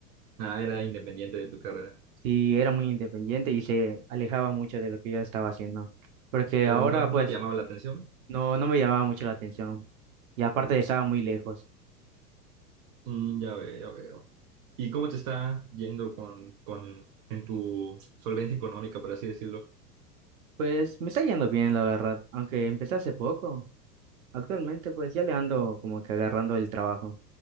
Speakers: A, on the right; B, on the right.
A: Ah, era independiente de tu carrera.
B: Sí, era muy independiente y se alejaba mucho de lo que yo estaba haciendo, porque
A: Pero
B: ahora
A: no, no
B: pues
A: te llamaba la atención.
B: no, no me llamaba mucho la atención y aparte estaba muy lejos.
A: Mm, ya veo, ya veo. ¿Y cómo te está yendo con, con en tu solvencia económica, por así decirlo?
B: Pues me está yendo bien, la verdad, aunque empecé hace poco. Actualmente, pues ya le ando como que agarrando el trabajo.